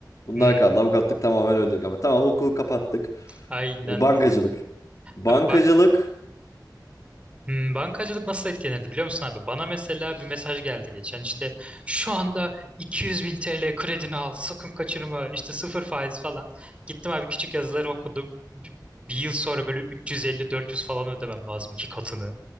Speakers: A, on the left; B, on the right.
A: Bunlar
B: Hmm,
A: kaldı. Avukatlık tamamen öldürdük ama. Tamam hukuku kapattık.
B: aynen.
A: E, Bankacılık. Bankacılık.
B: Abi bank hmm, bankacılık nasıl etkilenirdi biliyor musun abi? Bana mesela bir mesaj geldi geçen işte şu anda 200 bin TL kredini al sakın kaçırma işte sıfır faiz falan. Gittim abi küçük yazıları okudum. Bir, bir yıl sonra böyle 350-400 falan ödemem lazım iki katını.